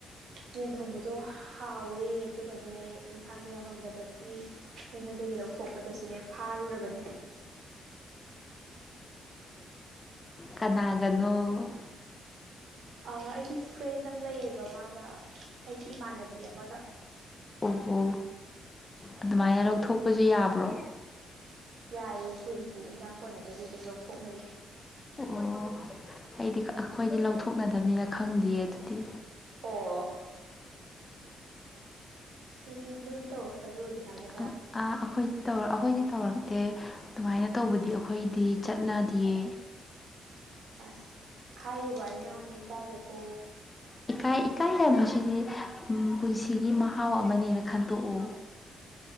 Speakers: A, on the right (about 60°); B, on the left (about 25°).
A: ꯌꯦꯟ ꯊꯣꯡꯕꯗꯣ ꯍꯥꯎꯋꯦ ꯑꯗꯨꯒꯅꯦ ꯏꯟꯁꯥꯡꯗꯣ ꯌꯥꯝꯃꯝꯗꯕꯒꯤ ꯃꯤꯉꯣꯟꯗꯒꯤ ꯂꯧꯊꯣꯛꯄꯗꯁꯨꯅꯦ ꯐꯥꯔꯨꯔꯕꯅꯤ
B: ꯀꯅꯥꯒꯅꯣ
A: ꯑꯥ ꯑꯩꯒꯤ ꯐ꯭ꯔꯦꯟ ꯑꯃ ꯂꯩꯌꯦꯕ ꯃꯥꯒ ꯑꯩꯒꯤ ꯏꯃꯥꯟꯅꯕꯤ ꯑꯃꯒ
B: ꯑꯣꯍꯣ ꯑꯗꯨꯃꯥꯏꯅ ꯂꯧꯊꯣꯛꯄꯁꯨ ꯌꯥꯕ꯭ꯔꯣ
A: ꯌꯥꯏꯌꯦ ꯑꯩꯈꯣꯏꯒꯤꯗꯤ ꯏꯟꯖꯥꯡ ꯀꯣꯟꯅꯗ꯭ꯔꯗꯤ ꯑꯗꯨꯝ ꯂꯧꯊꯣꯛꯅꯩꯌꯦ
B: ꯑꯣ ꯑꯩꯗꯤ ꯑꯩꯈꯣꯏꯗꯤ ꯂꯧꯊꯣꯛꯅꯗꯕꯅꯤꯅ ꯈꯪꯗꯤꯌꯦ ꯑꯗꯨꯗꯤ
A: ꯑꯣ ꯁꯤꯗꯤ ꯂꯣꯏꯅ ꯇꯧꯑꯣ ꯇꯕ꯭ꯔꯣ ꯑꯗꯨꯃꯥꯏꯅ
B: ꯑꯛ ꯑꯥ ꯑꯈꯣꯏ ꯇꯧꯔ ꯑꯩꯈꯣꯏꯗꯤ ꯇꯧꯔꯛꯇꯦ ꯑꯗꯨꯃꯥꯏꯅ ꯇꯧꯕꯗꯤ ꯑꯩꯈꯣꯏꯗꯤ ꯆꯠꯅꯗꯤꯌꯦ
A: ꯑꯁ ꯍꯥꯏꯔꯨꯕ ꯑꯩꯅ ꯑꯣꯏꯅ ꯏꯀꯥꯏꯔꯦꯀꯣ
B: ꯏꯀꯥꯏ ꯏꯀꯥꯏꯒꯅꯣ ꯁꯤꯗꯤ ꯎꯝ ꯄꯨꯟꯁꯤꯒꯤ ꯃꯍꯥꯎ ꯑꯃꯅꯦꯅ ꯈꯟꯇꯣꯛꯑꯣ